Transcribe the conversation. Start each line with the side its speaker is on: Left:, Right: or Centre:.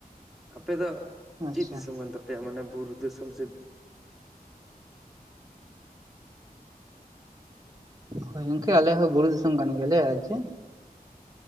Centre: ᱟᱯᱮ ᱫᱚ
Right: ᱟᱪᱪᱷᱟ
Centre: ᱪᱤᱫ ᱫᱤᱥᱚᱢ ᱠᱟᱱ ᱛᱟᱯᱮᱭᱟ? ᱢᱟᱱᱮ ᱵᱩᱨᱩ ᱫᱤᱥᱚᱢ ᱥᱮ
Right: ᱦᱳᱭ ᱜᱚᱝᱠᱮ ᱟᱞᱮ ᱦᱚᱸ ᱵᱩᱨᱩ ᱫᱤᱥᱚᱢ ᱠᱟᱱ ᱜᱮᱭᱟᱞᱮ ᱟᱨ ᱪᱮ